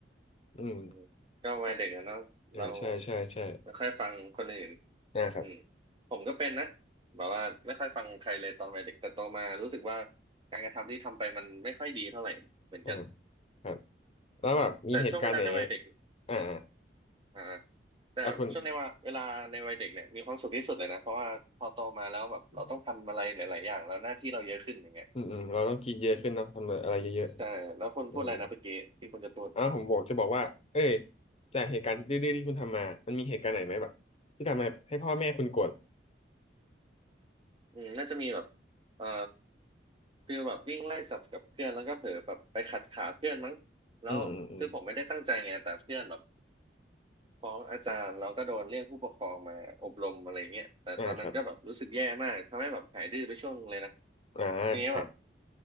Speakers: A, on the left; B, on the right.
A: อืม
B: อืมก็วัยเด็กอะเนาะเรา
A: อ่าใช่ใช่ใช่
B: ไม่ค่อยฟังคนอื่น
A: นะครับ
B: อืมผมก็เป็นนะแบบว่าไม่ค่อยฟังใครเลยตอนวัยเด็กแต่โตมารู้สึกว่าการกระทำที่ทำไปมันไม่ค่อยดีเท่าไหร่เหมือนกัน
A: อ่าครับแล้วแบบมีเหตุการณ์ไหน
B: แต่ช่วงเวลาในวัยเด็ก
A: อ่าอ่า
B: อ่าแต่ช่วงในว่าเวลาในวัยเด็กเนี่ยมีความสุขที่สุดเลยนะเพราะว่าพอโตมาแล้วแบบเราต้องทำอะไรหลายๆอย่างแล้วหน้าที่เราเยอะขึ้นอย่างเงี้ย
A: อ่ะคุณอืมอืมเราต้องกินเยอะขึ้นเนาะทำอะไรเยอะ
B: อืมใช่แล้วคนพูดอะไรนะเมื่อกี้ที่คุณจะพูด
A: ๆอืมอ่าผมบอกจะบอกว่าเอ้ยจากเหตุการณ์ดื้อๆที่คุณทำมามันมีเหตุการณ์ไหนไหมแบบที่ทำให้ให้พ่อแม่คุณโกรธ
B: อืมน่าจะมีแบบเอ่อคือแบบวิ่งไล่จับกับเพื่อนแล้วก็เผลอแบบไปขัดขาเพื่อนมั้ง แล้วคือผมไม่ได้ตั้งใจไงแต่เพื่อนแบบ
A: อืมอืมอืม
B: ฟ้องอาจารย์แล้วก็โดนเรียกผู้ปกครองมาอบรมอะไรเงี้ยแต่ตอนนั้นก็แบบรู้สึกแย่มากทำให้แบบหายดื้อไปช่วงนึงเลยนะ
A: อ่าครับอ่าใช่
B: ทีนี้แบบ